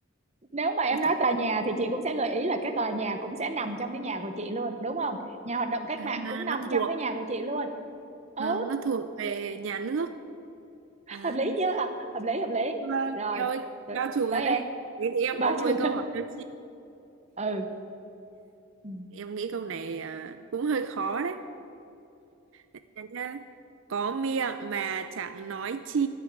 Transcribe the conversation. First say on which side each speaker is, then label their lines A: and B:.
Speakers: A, on the right (about 30°); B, on the right (about 65°).
A: nếu mà em
B: ôi
A: nói
B: trời
A: tòa nhà thì chị cũng sẽ gợi ý là cái tòa nhà cũng sẽ nằm trong cái nhà của chị luôn đúng không nhà hoạt động cách
B: à,
A: mạng cũng nằm
B: nó
A: trong
B: thuộc
A: cái nhà của chị luôn ừ
B: vâng nó thuộc về nhà nước à
A: hợp lý chưa hợp lý hợp lý
B: vâng
A: rồi
B: em ơi
A: rồi,
B: bao trùm
A: tới
B: rồi đấy
A: em
B: thế thì em
A: bao
B: có
A: trùm
B: một cái câu hỏi cho chị
A: <laughs> ừ Ừ.
B: em nghĩ câu này à, cũng hơi khó đấy Dạ nhá. Có miệng mà chẳng nói chi,